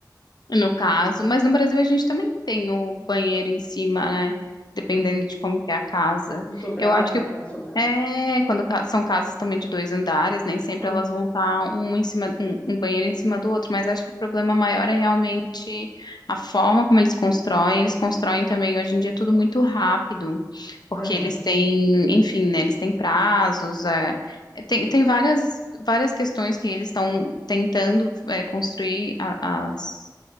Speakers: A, on the left; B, on the left.
A: no caso, mas no Brasil a gente também tem o banheiro em cima, né? Dependendo
B: Aham.
A: de como que é a casa.
B: O sobrado,
A: Eu acho que
B: né? Quando é sobrado.
A: é, quando ca- são casas também de dois andares, nem sempre
B: Aham,
A: elas vão estar um em cima, um, um banheiro em cima do outro, mas acho que o problema maior é realmente a forma como eles constroem. Eles constroem também hoje em dia tudo muito rápido, porque
B: aham,
A: eles têm, enfim, né, eles têm prazos, é, é, tem, tem várias, várias questões que eles estão tentando, é, construir a- as